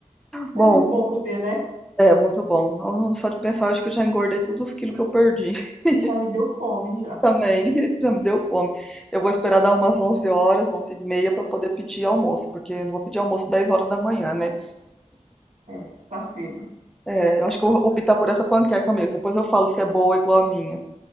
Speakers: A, in the centre; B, on the right.
A: Bom,
B: É muito bom comer, né?
A: é muito bom. Ah, só de pensar, acho que eu já engordei todos os quilos que eu perdi <laughs>
B: E já me deu fome, já. <laughs>
A: também. Isso já me deu fome. Eu vou esperar dar umas 11 horas, 11 e meia, para poder pedir almoço, porque eu não vou pedir almoço 10 horas da manhã, né?
B: É, é, tá cedo.
A: É, eu acho que eu vou optar por essa panqueca mesmo. Depois eu falo se é boa ou igual a minha.